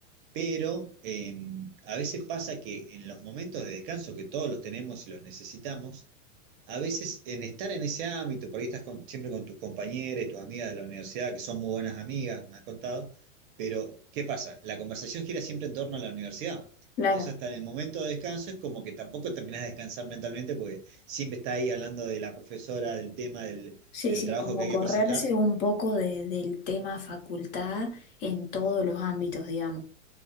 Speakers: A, on the right (about 40°); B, on the left (about 45°).
A: Pero eh, a veces pasa que en los momentos de descanso, que todos los tenemos y los necesitamos, a veces en estar en ese ámbito, por ahí estás con- siempre con tus compañeras, tus amigas de la universidad, que son muy buenas amigas, me has contado, pero ¿qué pasa? La conversación gira siempre en torno a la universidad.
B: Claro,
A: Entonces hasta en el momento de descanso es como que tampoco terminás de descansar mentalmente porque siempre está ahí hablando de la profesora, del tema, del,
B: sí,
A: del
B: sí,
A: trabajo
B: Como
A: que hay
B: correrse
A: que presentar.
B: un poco de- del tema facultad en todos los ámbitos, digamos.